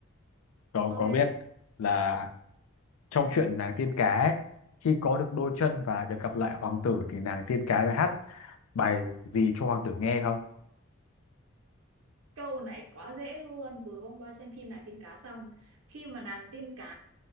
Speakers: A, on the left; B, on the right.
A: cậu
B: ok
A: có biết là trong chuyện nàng tiên cá ấy, khi có được đôi chân và được gặp lại hoàng tử thì nàng tiên cá đã hát bài gì cho hoàng tử nghe không
B: câu này quá dễ luôn vừa hôm qua xem phim nàng tiên cá xong khi mà nàng tiên cá